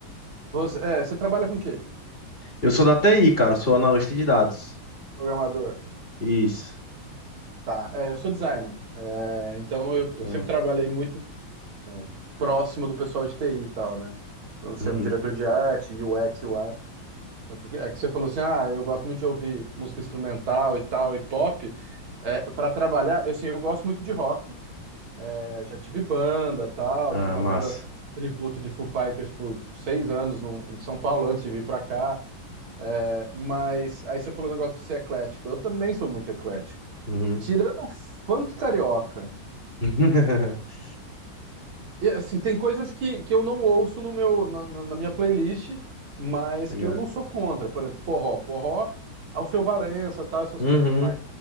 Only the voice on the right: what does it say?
Você, é, você trabalha com o quê?
Programador.
Tá. É, eu sou designer. É, então eu, eu
sempre trabalhei muito é, próximo do pessoal de TI e tal, né? Eu Sendo
diretor de arte, UX, UI. É porque- é que você falou assim, ah, eu gosto muito de ouvir música instrumental e tal, e pop. É, para trabalhar, eu, assim, eu gosto muito de rock. É, já tive banda, tal,
tive uma
banda tributo de Foo Fighters por seis anos no- em São Paulo antes de vir pra cá. É, Mas aí você falou o negócio de ser eclético. Eu também sou muito eclético.
Tirando o funk carioca,
e, assim, tem coisas que, que eu não ouço no meu, na, na- na minha playlist, mas
que eu não sou contra. Por exemplo, forró. Forró, Alceu Valença, tá? Essas
coisas mais